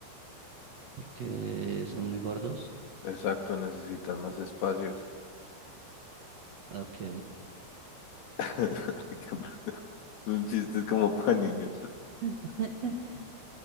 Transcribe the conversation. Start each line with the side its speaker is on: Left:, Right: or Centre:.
Right: Que son muy gordos.
Left: Exacto, necesitan más espacio.
Right: Ok.
Left: <laughs> Qué bueno. Son chistes como para niños.
Right: <laughs>